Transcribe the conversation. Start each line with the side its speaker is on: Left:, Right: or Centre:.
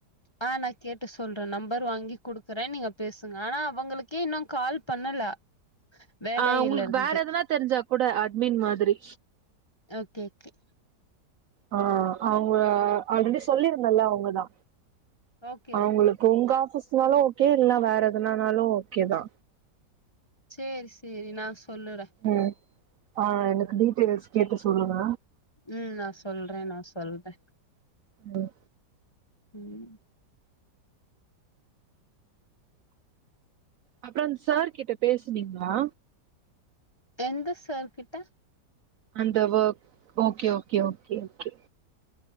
Left: ஆ நா கேட்டு சொல்ற நம்பர் வாங்கி குடுக்கறே நீங்க பேசுங்க ஆனா அவங்களுக்கே இன்னு கால் பண்ணல வேலையில
Right: ஆ உங்களுக்கு
Left: இருந்து
Right: வேற எதனான தெரிஞ்சா கூட அட்மின் மாதிரி
Left: ஓகே ஓகே
Right: ஆ அவ்ங்க ஆல்ரெடி சொல்லி இருந்த இல்ல அவ்ங்கதா
Left: ஓகே
Right: அவங்களுக்கு
Left: ஓகே
Right: உங்க ஆபீஸ்னாலு ஓகே இல்ல வேற எதனாலு ஓகேதா
Left: சேரி சேரி நா சொல்லுறே
Right: ம் ஆ எனக்கு டீட்டெயில்ஸ் கேட்டு சொல்லுங்க
Left: ம் நா சொல்றே நா சொல்றே
Right: ம்
Left: ம்
Right: அப்புற அந்த சார் கிட்ட பேசுனிங்களா
Left: எந்த சார் கிட்டா
Right: அந்த work okay okay okay okay